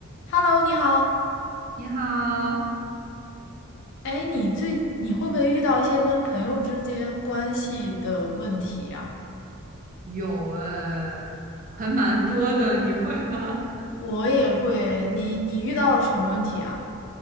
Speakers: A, on the left; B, on the right.
A: Hello，你好。
B: 你好，
A: 哎，你最你会不会遇到一些跟朋友之间关系的问题呀？
B: 有哎，还蛮多的，你会吗？
A: 我也会。你你遇到了什么问题啊？